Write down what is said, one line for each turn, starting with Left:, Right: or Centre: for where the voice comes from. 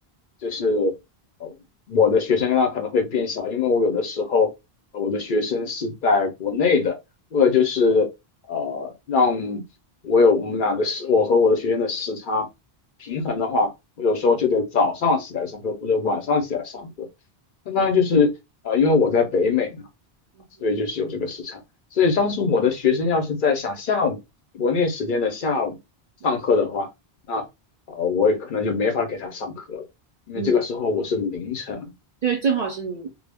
Left: 就是呃我的学生量可能会变小，因为我有的时候呃我的学生是在国内的，为了就是呃让我有我们俩的时，我和我的学生的时差平衡的话，我有时候就得早上起来上课或者晚上起来上课。相当于就是呃，因为我在北美嘛。
Right: 嗯哼，
Left: 所以就是有这个时差。所以当时我的学生要是在想下午国内时间的下午上课的话，
Right: 嗯嗯。
Left: 那呃我可能就没法给他上课了，因为这个时候我是凌晨。
Right: 嗯对，正好是你